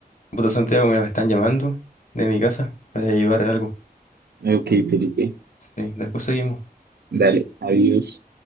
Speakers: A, on the left; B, on the right.
A: puta Santiago, mira, me están llamando de mi casa para llevar algo.
B: ok, Felipe,
A: Sí, después seguimos.
B: dale, adiós.